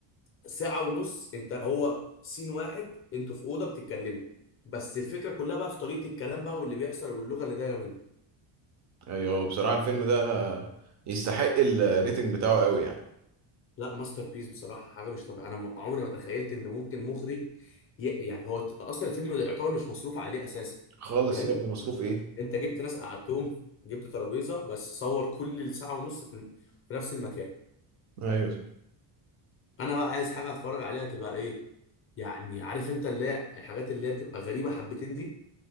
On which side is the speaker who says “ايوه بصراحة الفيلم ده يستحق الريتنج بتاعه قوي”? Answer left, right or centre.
Right